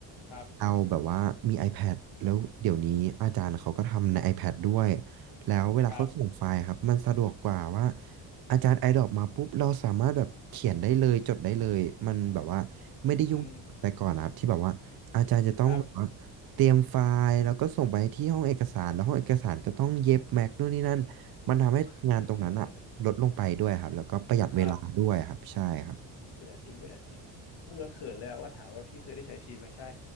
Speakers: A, on the left; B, on the right.
A: ครับ
B: เราแบบว่ามี iPad แล้วเดี๋ยวนี้อาจารย์เขาก็ทำใน iPad ด้วยแล้วเวลาเขาส่งไฟล์ครับมันสะดวกกว่าว่า
A: ครับ
B: อาจารย์ไอดรอปมาปุ๊บเราสามารถแบบเขียนได้เลยจดได้เลยมันแบบว่าไม่ได้ยุ่งแต่ก่อนนะครับที่แบบว่าอาจารย์จะต้องแบบว่าเตรียมไฟล์แล้วก็ส่งไปที่ห้องเอกสารแล้วห้องเอกสารก็ต้องเย็บแม็กนู่นนี่นั่นมันทำให้งานตรงนั้นอะลดลงไปด้วยครับแล้วก็ประหยัดเวลาด้วยครับใช่ครับ
A: อืมครับ <laughs> ครับ ประหยัดจริงประหยัดจริงพูดแล้วเขินเลยอะว่าถามว่าพี่เคยได้ใช้ชีทไหมใช่